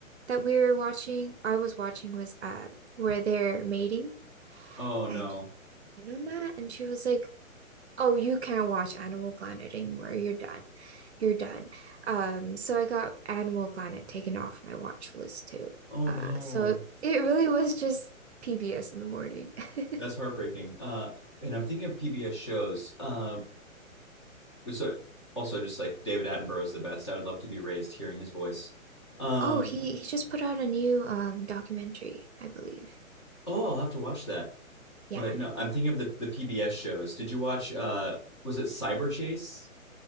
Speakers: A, on the right; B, on the left.
A: that we were watching, I was watching, was uh, where they're mating,
B: Oh no.
A: and you know that, and she was like, "Oh, you can't watch Animal Planet anymore. You're done. You're done." Um, so I got Animal Planet taken off my watch list too.
B: Oh
A: Uh,
B: no.
A: so it really was just PBS in the morning. <laughs>
B: That's heartbreaking. Uh, and I'm thinking of PBS shows. Um, so also just like David Attenborough is the best. I would love to be raised hearing his voice. Um,
A: Oh, he he just put out a new um documentary, I believe.
B: Oh, I'll have to watch that.
A: Yeah.
B: But no, I'm thinking of the the PBS shows. Did you watch uh was it Cyber Chase?